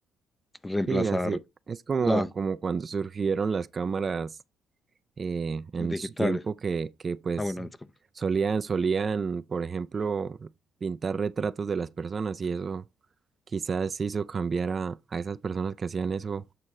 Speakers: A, on the left; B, on the right.
A: reemplazar
B: Sí, así es como,
A: la
B: como cuando surgieron las cámaras eh, en
A: digitales.
B: su tiempo que, que pues
A: Ah, bueno, disculpa.
B: solían, solían, por ejemplo, pintar retratos de las personas y eso quizás hizo cambiar a, a esas personas que hacían eso